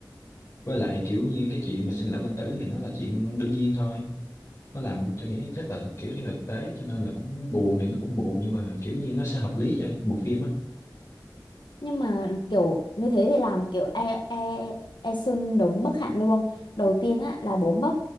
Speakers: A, on the left; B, on the left.
A: với lại kiểu như cái chuyện mà sinh lão bệnh tử thì nó là chuyện đương nhiên thôi nó làm tôi nghĩ chắc là thật kiểu theo thực tế cho nên là cũng buồn thì nó cũng buồn nhưng mà kiểu như nó sẽ hợp lý cho bộ phim á
B: Nhưng mà kiểu như thế thì làm kiểu e e e xưng đúng bất hạnh luôn. Đầu tiên á là bố mất,